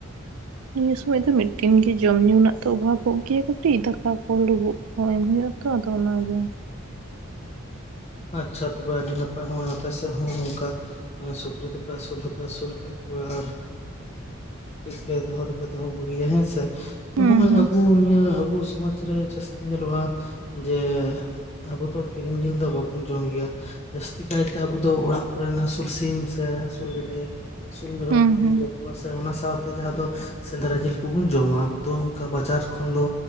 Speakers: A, on the right; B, on the left.
A: <unintelligible> ᱥᱚᱢᱚᱭ ᱫᱚ ᱢᱤᱫ ᱴᱤᱱ ᱜᱮ ᱡᱚᱢ ᱧᱩ ᱨᱮᱱᱟᱜ ᱛᱚ ᱚᱵᱷᱟᱵᱚᱜ ᱜᱮᱭᱟ ᱠᱟᱹᱴᱤᱡ ᱫᱟᱠᱟ ᱠᱚ ᱞᱩᱵᱩᱜ ᱠᱚ ᱮᱢ ᱦᱩᱭᱩᱜᱼᱟ ᱛᱚ ᱟᱫᱚ ᱚᱱᱟᱜᱮ᱾
B: ᱟᱪᱪᱷᱟ ᱛᱚᱵᱮ ᱟᱹᱰᱤ ᱱᱟᱯᱟᱭ ᱱᱚᱜᱚᱭ ᱟᱯᱮ ᱥᱮᱫ ᱦᱚᱸ ᱱᱚᱝᱠᱟᱼᱼ ᱦᱮᱸ ᱥᱩᱠᱨᱤ ᱫᱚᱯᱮ ᱟᱹᱥᱩᱞ ᱫᱚᱯᱮ ᱟᱹᱥᱩᱞ ᱠᱟᱜ ᱠᱚᱣᱟ ᱟᱨᱼᱼ ᱠᱟᱹᱡ ᱯᱮ ᱫᱚᱦᱚ ᱫᱚᱯᱮ ᱫᱚᱦᱚ ᱟᱹᱜᱩᱭᱟ ᱦᱮᱸᱥᱮ ᱦᱚᱸᱜᱼᱚᱭ
A: ᱦᱩᱸ ᱦᱩᱸ
B: ᱟᱵᱚ ᱱᱤᱭᱟᱹ ᱟᱵᱚ ᱥᱚᱢᱟᱡ ᱨᱮ ᱡᱟᱹᱥᱛᱤ ᱧᱮᱞᱚᱜᱼᱟ ᱡᱮ ᱟᱵᱚ ᱫᱚ ᱠᱤᱨᱤᱧ ᱡᱤᱞ ᱫᱚ ᱵᱟᱵᱚᱼᱼ ᱵᱚᱱ ᱡᱚᱢ ᱜᱮᱭᱟ ᱡᱟᱹᱥᱛᱤ ᱠᱟᱭᱛᱮ ᱟᱵᱚ ᱫᱚ ᱚᱲᱟᱜ ᱠᱚᱨᱮᱱ ᱟᱹᱥᱩᱞ ᱥᱤᱢ ᱥᱮ ᱟᱹᱥᱩᱞ ᱜᱮᱰᱮ, ᱟᱹᱥᱩᱞ ᱢᱮᱨᱚᱢ
A: ᱦᱩᱸ
B: ᱠᱚᱵᱚᱱ
A: ᱦᱩᱸ
B: ᱡᱚᱢ ᱠᱚᱣᱟ ᱥᱮ ᱚᱱᱟ ᱥᱟᱶᱛᱮ ᱡᱟᱦᱟᱸ ᱫᱚ ᱥᱮᱸᱫᱽᱨᱟ ᱡᱤᱞ ᱠᱚᱵᱚᱱ ᱡᱚᱢᱟ ᱟᱵᱚ ᱫᱚᱼᱼ ᱚᱱᱠᱟ ᱵᱟᱡᱟᱨ ᱠᱷᱚᱱ ᱫᱚ